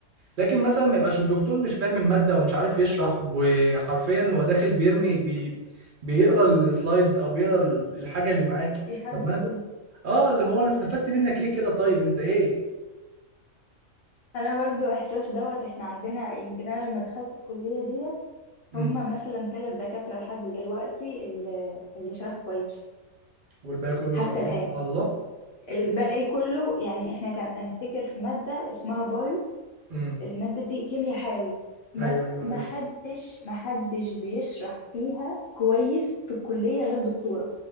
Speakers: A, on the right (about 55°); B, on the left (about 60°).
A: لكن مثلا ما يبقاش الدكتور مش فاهم المادة ومش عارف يشرح وحرفيا هو داخل بيرمي بي بيقرا السلايدز او بيقرا ال- الحاجة اللي معاه
B: بيحدف
A: طب ما
B: طوب
A: أنا- اه اللي هو انا استفدت منك ايه كده طيب انت ايه
B: انا برضو احساس دوت احنا عندنا يمكن انا لما دخلت الكلية ديت
A: امم
B: هم مثلا ثلاث دكاترة لحد دلوقتي اللي, اللي شرحوا كويس
A: والباقي كله
B: حتى
A: شرحهم
B: الآن
A: على الله
B: الباقي كله يعني احنا كان انا افتكر في مادة اسمها بايو
A: امم
B: المادة دي كيمياء حيوي ما
A: ايوه
B: بت-
A: ايوه
B: ما
A: عارف
B: حدش ما حدش بيشرح فيها كويس في الكلية غير دكتورة